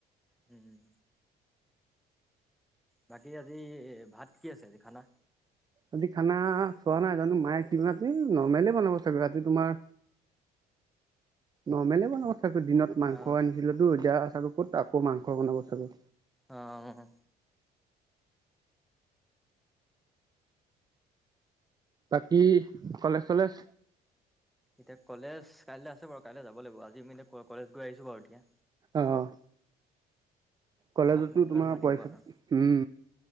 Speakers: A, in the centre; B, on the right.
A: উম, বাকী আজি ভাত কি আছে আজি খানা
B: আজি খানা চোৱা নাই জানো মায়ে মি নমেলে বনাব চাবিতিি তোমাৰ নমেলে বনাব চাগ দিনত মাংস
A: অ
B: আনিছিলো তো এতিয়া চাগ ক'ত আকৌ মাংস বনাব চাগৈ
A: অ
B: বাকি কলেজ চলেজ
A: এতিয়া কলেজ কাইলৈ আছে বাৰু কাইলৈ যাব লাগিব আজি মি কলেজ গৈ আহিছো বাৰু এতিয়া
B: আহ কলেজতো
A: ঘৰত সোমাই কিমান
B: তোমাৰ
A: সোমাই থাকিব
B: পইচা
A: আৰু
B: উম